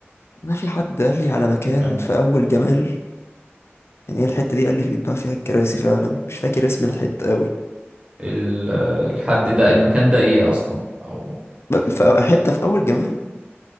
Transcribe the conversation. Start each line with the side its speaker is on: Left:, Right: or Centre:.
Left: انا في حد قال لي على مكان
Right: فاهم؟
Left: في اول جمال يعني هي الحته دي قال لي بيتباع فيها الكراسي فعلا مش فاكر اسم الحته قوي
Right: ال- الحد ده المكان ده ايه اصلا او
Left: ب- في حته في اول جمال